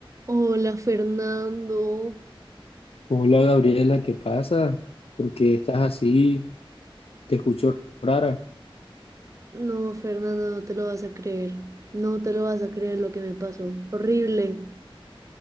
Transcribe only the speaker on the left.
Hola Gabriela, ¿qué pasa? ¿Por qué estás así? Te escucho rara,